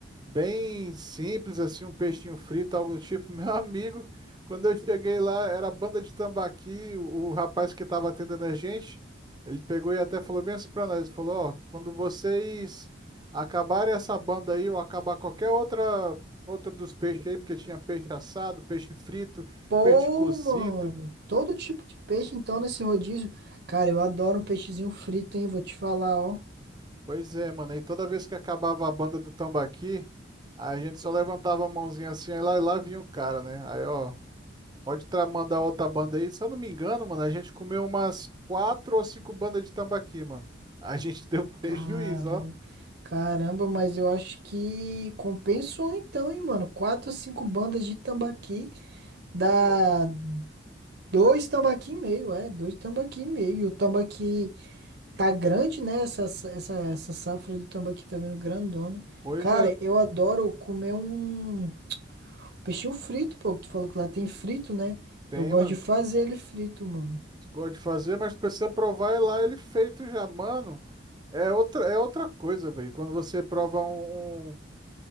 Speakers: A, on the right; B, on the right.
A: bem simples, assim, um peixinho frito, algo do tipo. <laughs> Meu amigo, quando eu cheguei lá, era a banda de tambaqui, o, o rapaz que estava atendendo a gente, ele pegou e até falou bem assim pra nós, ele falou, ó, quando vocês acabarem essa banda aí, ou acabar qualquer outra, outro dos peixes aí, porque tinha peixe assado, peixe frito,
B: Pô,
A: peixe cozido,
B: mano. Todo tipo de peixe, então, nesse rodízio. Cara, eu adoro um peixezinho frito, hein? Vou te falar, ó.
A: Pois é, mano. E toda vez que acabava a banda do Tambaqui, a gente só levantava a mãozinha assim, aí lá, lá vinha o cara, né? Aí, ó, pode tra- mandar outra banda aí. Se eu não me engano, mano, a gente comeu umas quatro ou cinco bandas de Tambaqui, mano. A gente <laughs> deu prejuízo,
B: Caramba.
A: ó.
B: Caramba, mas eu acho que compensou então, hein, mano? Quatro, cinco bandas de tambaqui dá
A: É,
B: dois tambaqui e meio, é, dois tambaqui e meio. E o tambaqui tá grande,
A: pe-
B: né? Essa, essa, essa safra aí do tambaqui tá vindo grandona.
A: Pois
B: Cara,
A: é,
B: eu adoro comer um peixinho frito, pô. que Tu falou que lá tem frito, né?
A: tem,
B: Eu gosto
A: mano.
B: de fazer ele frito, mano.
A: Tu gosta de fazer, mas tu precisa provar e lá ele feito já, mano. É outra, é outra coisa, velho. Quando você prova um, um-